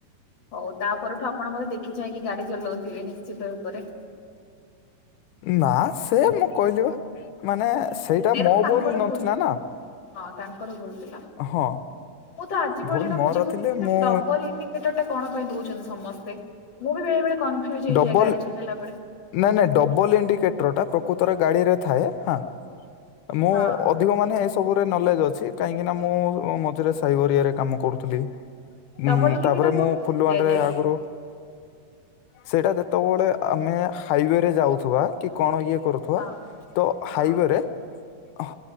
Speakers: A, on the left; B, on the left.
A: ହଉ ତାପରଠୁ ଆପଣ ଦେଖିଚାହିଁ କି ଗାଡି ଚଲୋଉଥିବେ ନିଶ୍ଚିତ ରୂପରେ।
B: ନା ସେ ମୁଁ କହିଲି ନା ମାନେ ସେଇଟା ମୋ
A: ତ ତାଙ୍କର
B: ଭୁଲ୍ ନଥିଲା
A: ଭୁଲ
B: ନା।
A: ହଁ ତାଙ୍କର ଭୁଲ୍ ଥିଲା
B: ହଁ
A: ମୁଁ ତ ଆଜି ପର୍ଯ୍ୟନ୍ତ
B: ଭୁଲ ମୋର
A: ବୁଝିପାରୁନି
B: ଥିଲେ ମୁଁ
A: ଡବଲ୍ ଇଣ୍ଡି ସେଈଟା କଣ ପାଇଁ ଦଉଚନ୍ତି ସମସ୍ତେ ମୁଁ ବି ବେଳେ ବେଳେ କନଫ୍ୟୁଜ୍ ହେଇଯାଏ
B: ଡବଲ
A: ଗାଡି ଚଲେଇଲା ବେଳେ।
B: ନାଇଁ ନାଇଁ ଡବଲ ଇଣ୍ଡିକେଟର୍ ଟା ପ୍ରକୃତରେ ଗାଡିରେ ଥାଏ ହଁ ମୁଁ
A: ହଁ
B: ଅ ଅଧିକ ମାନେ ଏସବୁରେ ନଲେଜ୍ ଅଛି କାହିଁକିନା ମୁଁ ମଝିରେ ସାଇବରିଆରେ କାମ କରୁଥିଲି।
A: ଡବଲ
B: ଉଁ
A: ଇଣ୍ଡିକେଟର
B: ତାପରେ ମୁଁ
A: କଣ ପାଇଁ
B: ଫୁଲୁବାଣୀ
A: ଦିଆଯାଏ?
B: ରେ ଆଗୁରୁ ସେଟା ଯେତେବେଳେ ଆମେ ହାଇୱେରେ ଯାଉଥିବା। କି କଣ ଇଏ କରୁଥିବା
A: ହଁ
B: ତ ହାଇୱାରେ
A: ହଁ
B: ହ